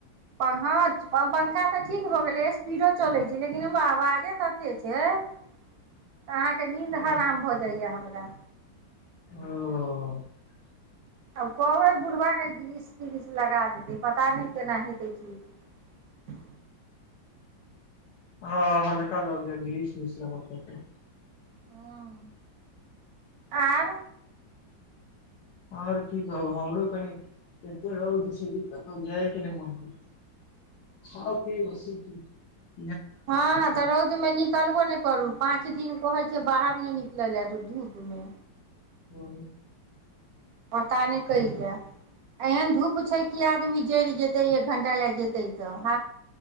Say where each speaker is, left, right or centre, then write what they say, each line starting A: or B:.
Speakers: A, on the right; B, on the left.
A: प-हँ पंखा तऽ ठीक भऽ गेलै स्पीडो चलै छै लेकिन ओहिमे आवाजे ततेक छै तऽ अहाँके नींन्द
B: ओ
A: हराम भऽ जाइया हमरा
B: ओ
A: आब कहबै बुढ़बा ग्रीश त्रिश लगा देतै पता नहि केना हेतै ठीक
B: हँ हल्का लगै या ग्रीस उरिस लगब पड़तै
A: हँ आर
B: आओर की कहू हमरो कनि एते रौद छै कि कतहु जाइ के नहि मन करै सब <unintelligible>
A: हँ तऽ रौदमे निकलबो नहि करू पाँच दिन कहै छै बाहर नहि निकलै ला धूप मे
B: हूँ
A: पता नहि कैएला एहन धूप छै कि आदमी जरि जेतै एक घण्टा जेयतै तऽ ह